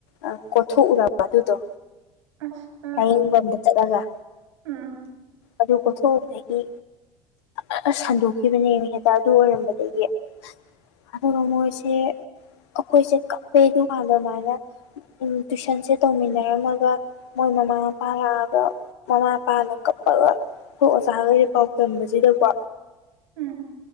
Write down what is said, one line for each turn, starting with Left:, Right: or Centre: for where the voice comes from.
Left: ꯑ ꯀꯣꯊꯣꯛꯎꯔꯕ ꯑꯗꯨꯗꯣ
Right: ꯑꯁ ꯑꯥ
Left: ꯂꯥꯌꯦꯡꯕꯝꯗ ꯆꯠꯂꯒ
Right: ꯎꯝ
Left: ꯑꯗꯨ ꯀꯣꯊꯣꯛꯎꯕꯗꯒꯤ ꯖꯔ ꯁꯟꯗꯣꯛꯈꯤꯕꯅꯦꯃꯦ ꯍꯦꯛꯇ ꯑꯗꯨ ꯑꯣꯏꯔꯝꯕꯗꯒꯤ ꯑꯗꯨꯒ ꯃꯣꯏꯁꯦ ꯑꯈꯣꯏꯁꯦ ꯀꯞꯄꯦ ꯑꯗꯨꯀꯥꯟꯗꯃꯥꯏꯅ ꯎꯝ ꯇꯨꯏꯁꯟꯁꯦ ꯇꯧꯃꯤꯟꯅꯔꯝꯃꯒ ꯃꯣꯏ ꯃꯃꯥ ꯃꯄꯥ ꯂꯥꯛꯑꯒ ꯃꯃꯥ ꯃꯄꯥꯅ ꯀꯞꯄꯒ ꯈꯣꯏ ꯑꯣꯖꯥꯒꯩꯗ ꯄꯥꯎ ꯇꯝꯕꯁꯤꯗꯀꯣ
Right: ꯎꯝ